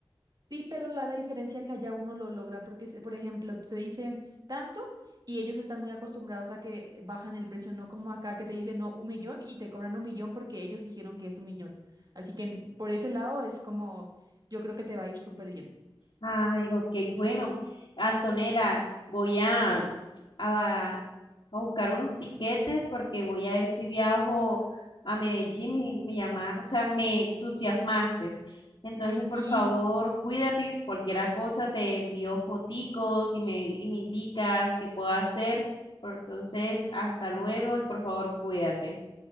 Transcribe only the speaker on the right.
Sí, pero la, la diferencia que allá uno lo logra, porque, se- por ejemplo, te dicen tanto y ellos están muy acostumbrados a que eh, bajan el precio, no como acá que te dicen no, un millón y te cobran un millón porque ellos dijeron que es un millón. Así que en- por ese lado es como, yo creo que te va a ir súper bien.
Ay, sí,